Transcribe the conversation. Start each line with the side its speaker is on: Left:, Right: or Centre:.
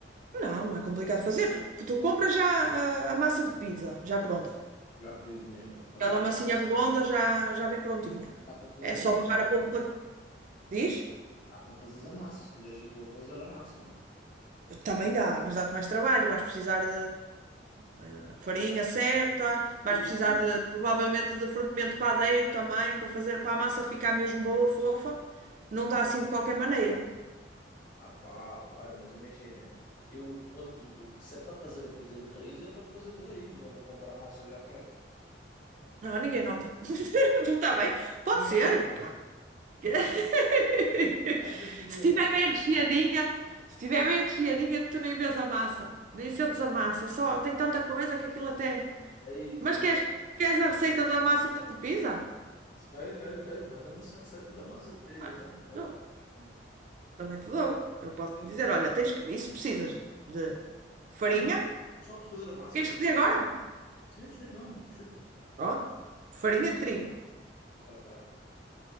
Right: não, não é complicado fazer. Tu, tu compras já ah, a, massa de pizza, já pronta.
Left: Já, pe- né, ok.
Right: Aquela massinha redonda já, já bem prontinha.
Left: Dá para fazer
Right: É só
Left: a massa.
Right: barrar a polpa, diz?
Left: Dá para fazeres a massa, se quiseres ser tu a fazer a massa, não é?
Right: Também dá, mas dá-te mais trabalho. Vais precisar de eh, farinha
Left: Quiseres
Right: certa, vais
Left: tudo
Right: precisar
Left: raiz.
Right: de, provavelmente de fermento padeiro também, para fazer para a massa ficar mesmo boa, fofa. Não dá assim de qualquer maneira.
Left: Ah pá, ok, mas imagina, eu quando, que se é para fazer a pizza de raiz, é para fazer de raiz, não vou comprar a massa já feita.
Right: Ah, ninguém nota. <laughs> Está bem. Pode
Left: Ninguém
Right: ser.
Left: nota?
Right: <laughs>
Left: Achas, achas que ninguém
Right: Se
Left: nota?
Right: estiver bem recheadinha, se estiver bem recheadinha, tu nem vês a massa, nem sentes a massa. É só, tem tanta coisa que aquilo até.
Left: Aí, pois,
Right: Mas queres, queres a receita da massa de pizza?
Left: se cair, cair, cair, manda-me essa receita da massa de pizza,
Right: Ah,
Left: manda, manda,
Right: dou.
Left: manda.
Right: Também te dou.
Left: Eu-
Right: Eu posso
Left: eu-
Right: dizer, olha, tens que- isso precisas de farinha.
Left: Ah, mas tu sabes fazer a massa
Right: Queres
Left: também?
Right: que te dê agora?
Left: Sim, sim, dá, mano. Chuta.
Right: Pronto. Farinha de trigo.
Left: Ok.